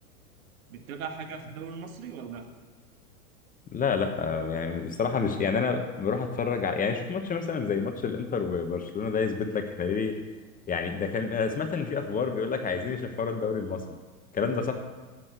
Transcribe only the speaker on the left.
لا لا آه، يعني بصراحة مش يعني انا بروح اتفرج على يعني شوف ماتش مثلا زي ماتش الانتر وبرشلونة ده يثبت لك احنا ليه يعني ده كان انا سمعت ان في اخبار بيقول لك عايزين يشفروا الدوري المصري الكلام ده صح